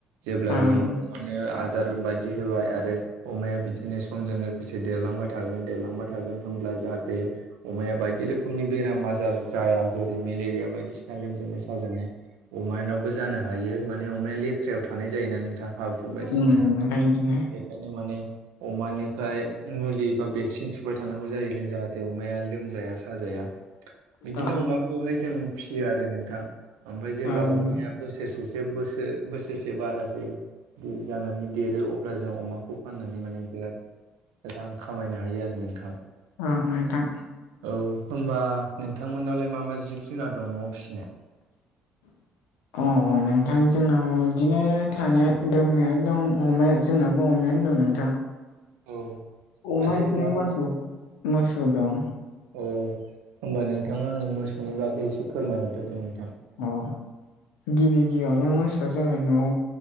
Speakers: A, on the right; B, on the left.
A: जेब्ला
B: ओं
A: जों अम आदार बायदि होबाय आरो अमाया बिदिनो समजों लोगोसे देलांबाय थागोन दांबाय थ थागोन हब्ला जाहाथे अमाया बायदि रोखोमनि बेराम आजार जाया जेरै मेलेरिया बायदिसिना लोमजानाय साजेननाय अमानावबो जानो हायो माने अमाया लेथ्रायाव थानाय जायोना नोंथां हाब्रु बायदिसिना
B: उम ओमफ्राय इदिनो
A: <unintelligible> बेखायनो माने अमानिफ्रायाय मुलि बा भेक्सिन थुबाय थानांगौ जायो जों जाहाथे अमाया लोमजाया साजाया बिदिनो
B: औ
A: अमाखौहाय जों फिसियो आरो नोंथां ओमफ्राय जेब्ला
B: ओं
A: अमाया बोसोरसेसो बोसोर बोसोरसे बारासे जानानै देरो अब्ला जों अमाखौ खौ फाननानै माने बिराद रां खामायनो हायो आरो नोंथां
B: ओं नोंथां
A: औ होनोमबा नोंथांमोननावलाय मा मा जिब जुनार दं न'आव फिसिनाय
B: <inaudible> अ अ नोंथां जोंनाव बिदिनो थानाया दंनाया दं अमाया जोंनाबो अमायानो दं नों
A: औ
B: अमा
A: आरो
B: बिदिनो
A: मा
B: मोसौ मोसौ दं
A: अ होमबा नोंथां आङो मोसौनि बागै एसे फोरमायहरदोदों नोंथां
B: अ गिबि गिबियावनो मोसौआ जाबाय न'आव